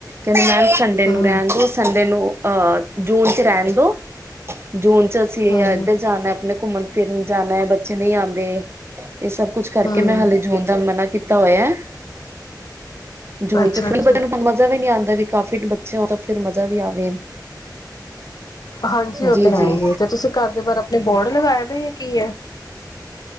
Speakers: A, on the right (about 35°); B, on the left (about 60°).
A: ਮੈ ਸੰਡੇ ਨੂੰ
B: ਹਮ
A: ਰਹਿਨ ਦੋ ਸੰਡੇ ਨੂੰ ਅਹ ਜੂਨ ਚ ਰਹਿਣ ਦੋ, ਜੂਨ ਚ ਅਸੀਂ ਇਹ
B: ਹਮ
A: ਇੱਧਰ ਜਾਨਾ ਐ ਅਪਨੇ ਘੁੰਮਣ ਫਿਰਨ ਜਾਣਾ ਬੱਚੇ ਨਹੀਂ ਆਂਦੇ। ਇਹ ਸਭ ਕੁਛ ਕਰਕੇ
B: ਹਮ
A: ਮੈਂ ਹਾਲੇ ਜੂਨ ਦਾ ਮਨਾ ਕੀਤਾ ਹੋਇਆ ਐ, ਜੂਨ
B: ਅੱਛਾ
A: ਚ ਫਿਰ
B: ਅੱਛਾ
A: <unintelligible> ਮਜ਼ਾ ਵੀ ਨੀ ਆਂਦਾ। ਦਾ ਵੀ ਕਾਫੀ ਬੱਚੇ ਹੋਏ ਤਾਂ ਫਿਰ ਮਜ਼ਾ ਵੀ ਆਵੇ।
B: ਹਾਂਜੀ, ਉਹ
A: ਜੀ
B: ਤੇ ਹੈ
A: ਜੀ
B: ਹੀ ਏ ਤੇ ਤੁਸੀਂ ਘਰ ਦੇ ਬਾਹਰ ਅਪ ਤੁਸੀ ਬੋਰਡ ਲਗਾਏ ਦਾ ਯਾ ਕੀ ਐ?